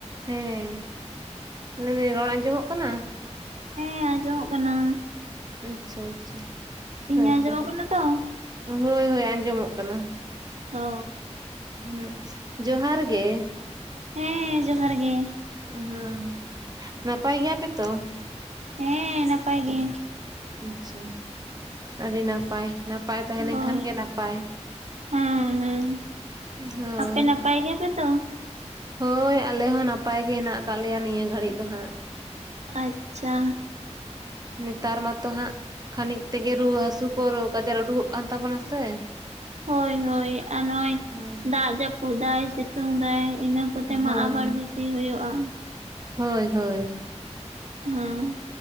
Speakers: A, on the right (about 35°); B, on the right (about 70°).
A: ᱦᱮᱸ ᱞᱟᱹᱭ ᱫᱟᱹᱧ ᱨᱚᱲ ᱟᱸᱡᱚᱢᱚᱜ ᱠᱟᱱᱟ
B: ᱦᱮᱸ ᱟᱸᱡᱚᱢᱚᱜ ᱠᱟᱱᱟ᱾
A: ᱟᱪᱷᱟ ᱟᱪᱷᱟ
B: ᱤᱧᱟᱹᱜ
A: ᱦᱳᱭᱛᱚ
B: ᱟᱸᱡᱚᱢᱚᱜ ᱠᱟᱱᱟ ᱛᱚ
A: ᱦᱳᱭ ᱦᱳᱭ ᱟᱸᱡᱚᱢᱚᱜ ᱠᱟᱱᱟ
B: ᱚᱻ
A: ᱦᱩᱸ ᱡᱚᱦᱟᱨ ᱜᱮ?
B: ᱦᱮᱸ ᱡᱚᱦᱟᱨ ᱜᱮ
A: ᱦᱩᱸ ᱱᱟᱯᱟᱭ ᱜᱮᱭᱟ ᱯᱮ ᱛᱚ?
B: ᱦᱮᱸ ᱱᱟᱯᱟᱭ ᱜᱮ᱾
A: ᱟᱪᱪᱷᱟ ᱟᱹᱰᱤ ᱱᱟᱯᱟᱭ ᱱᱟᱯᱼᱼ ᱯᱟᱭ ᱛᱟᱦᱮᱸᱞᱱᱠᱷᱟᱱ
B: ᱦᱳᱭ
A: ᱜᱮ ᱱᱟᱯᱟᱭ
B: ᱦᱮᱸ ᱦᱮᱸ
A: ᱦᱳᱭ᱾
B: ᱟᱯᱮ ᱱᱟᱯᱟᱭ ᱜᱮᱭᱟᱯᱮ ᱛᱚ?
A: ᱦᱳᱭ ᱟᱞᱮ ᱦᱚᱸ ᱱᱟᱯᱟᱭ ᱜᱮ ᱦᱮᱱᱟᱜ ᱟᱠᱟᱫ ᱞᱮᱭᱟ ᱱᱤᱭᱟᱹ ᱜᱷᱟᱹᱲᱤᱡ ᱫᱚ ᱦᱟᱸᱜ᱾
B: ᱟᱪᱪᱷᱟ᱾
A: ᱱᱮᱛᱟᱨ ᱢᱟᱛᱚ ᱦᱟᱸᱜ ᱠᱷᱟᱹᱱᱤᱠ ᱛᱮᱜᱮ ᱨᱩᱣᱟᱹ ᱦᱟᱹᱥᱩ ᱠᱚ ᱨᱳᱜᱽ ᱟᱡᱟᱨ ᱩᱰᱩᱠᱚᱜ ᱠᱟᱱ ᱛᱟᱵᱚᱱᱟ ᱥᱮ?
B: ᱦᱳᱭ ᱦᱳᱭ ᱟᱨ ᱱᱚᱜᱚᱭ
A: ᱦᱮᱸ
B: ᱫᱟᱜ ᱡᱟᱹᱯᱩᱫ ᱫᱟᱭ ᱥᱤᱛᱩᱝ ᱫᱟᱭ ᱤᱱᱟᱹᱼᱼ ᱠᱚᱛᱮ ᱢᱟ
A: ᱦᱳᱭ
B: ᱟᱵᱟᱨ ᱵᱮᱥᱤ ᱦᱩᱭᱩᱜᱼᱟ᱾
A: ᱦᱳᱭ ᱦᱳᱭ᱾
B: ᱦᱮᱸᱻ